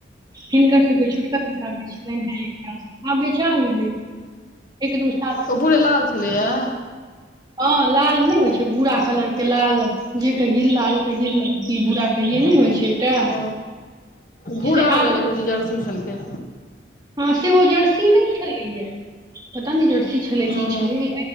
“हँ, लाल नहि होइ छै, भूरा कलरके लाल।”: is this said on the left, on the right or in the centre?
Right